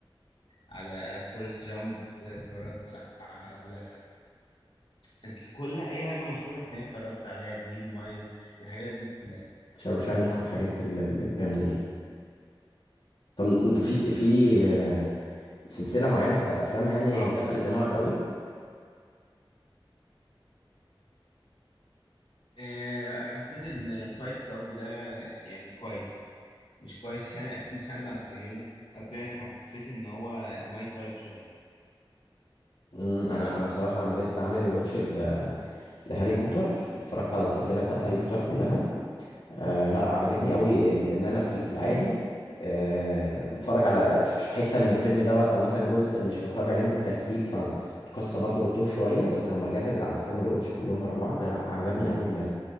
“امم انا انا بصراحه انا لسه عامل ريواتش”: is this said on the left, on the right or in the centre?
Left